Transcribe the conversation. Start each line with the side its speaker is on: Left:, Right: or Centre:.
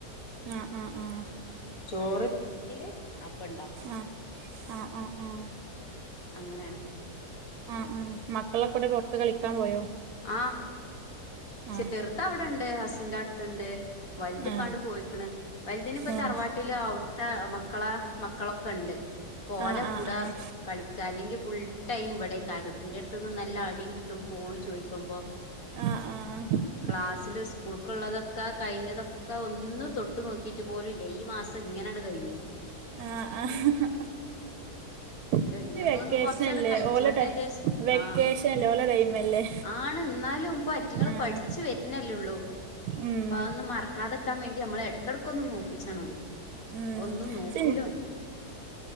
Right: ആഹ് ആഹ് ആഹ്
Left: ചോറ് ഇല്ലെങ്കില് അപ്പണ്ടാക്കും <unintelligible>
Right: ആഹ് ആഹ് ആഹ് ആഹ്
Left: അങ്ങനെണ്
Right: ആ ആ മക്കളെക്കൊടെ പൊറത്ത് കളിക്കാൻ പോയോ
Left: ആഹ്
Right: ആഹ്
Left: ചെറുതവിടെണ്ട് ഹസിന്റെ അടുത്തണ്ട് വലുത് ഇപ്പാണ്ട്
Right: ആഹ്
Left: പോയിക്ണ് വലുതിന് ഇപ്പ
Right: ആഹ്
Left: തറവാട്ട് വിട്ടിൽ അവിടുത്തെ മക്കളെ മക്കളൊക്കെ ഇണ്ട് പോ
Right: ആഹ്
Left: ഓല കൂടെ
Right: ആഹ് ആഹ്
Left: കളി അല്ലെങ്കിൽ ഫുൾ ടൈം ഇവിടെ കാരം എന്റെടുത്ത്ന്ന് നല്ല അടിയും കിട്ടും ഫോണ് ചോദിക്കുമ്പോ
Right: ആഹ് ആഹ് ആഹ്
Left: ക്ലാസ്സില് സ്കൂൾക്കള്ളതൊക്കെ കഴിഞ്ഞതൊക്കെ ഒന്ന് തൊട്ട് നോക്കിട്ട് പോലും ല്ല ഈ മാസം ഇങ്ങനെയാണ് കഴിഞ്ഞു
Right: ആഹ ആഹ <unintelligible>
Left: ഇനിയൊക്കെ
Right: വെക്കേഷനല്ലേ
Left: ഒന്ന് കൊറച്ചാട് കളിച്ചോട്ടെ
Right: ഓലട
Left: വിചാരിച്ച്
Right: വെക്കേഷൻല്ലേ
Left: ആഹ്
Right: ഓല ടൈമല്ലേ
Left: ആണ് ന്നാലും പറ്റ റ്റങ്ങള്
Right: ആഹ്
Left: പഠിച്ചു വരുന്നല്ലേള്ളൂ
Right: ഉം
Left: അപ്പ അതൊന്നും മറക്കാതെക്കാൻ വേണ്ടി നമ്മള എ എടക്കൊന്ന് നോക്കിച്ചണല്ലോ അത്
Right: ഉം
Left: ഒന്നും നോക്കൂലോന്
Right: ശെ